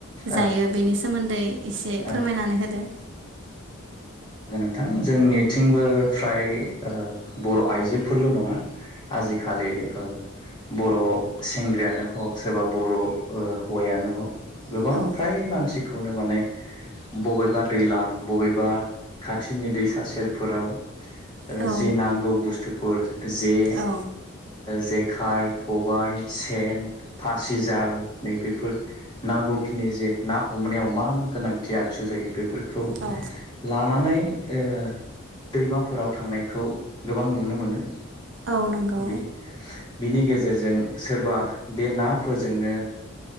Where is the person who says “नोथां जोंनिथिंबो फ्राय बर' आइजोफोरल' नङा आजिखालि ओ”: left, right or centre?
Left